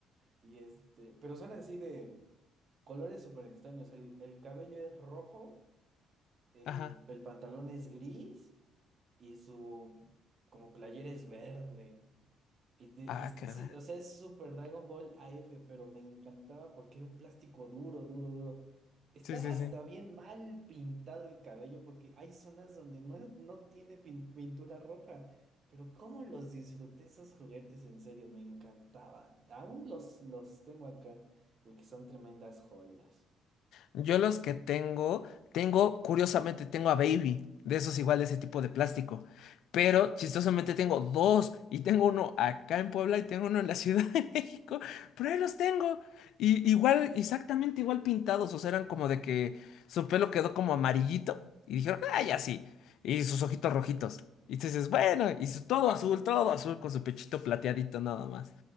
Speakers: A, on the right; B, on the left.
A: Y este, pero son así de colores súper extraños. El, el cabello es rojo, el,
B: Ajá.
A: el pantalón es gris. y su como playera es verde. Y, te-
B: Ah,
A: y está
B: caray.
A: así, o sea, es Super Dragon Ball AF, pero me encantaba porque era un plástico duro, duro, duro. Estaba
B: Sí, sí,
A: hasta
B: sí.
A: bien mal pintado el cabello porque hay zonas donde no, no tiene pin- pintura roja. Pero cómo los disfruté esos juguetes, en serio, me encantaban. Aún los, los tengo acá porque son tremendas joyas.
B: Yo los que tengo, tengo, curiosamente, tengo a Baby, de esos igual, de ese tipo de plástico. Pero chistosamente tengo dos, y tengo uno acá en Puebla y tengo uno en la <laughs> Ciudad de México, pero ahí los tengo. Y igual, exactamente igual pintados, o sea, eran como de que su pelo quedó como amarillito y dijeron, ah, ya sí, y sus ojitos rojitos. Y tú dices, bueno, y su- todo azul, todo azul con su pechito plateadito nada más.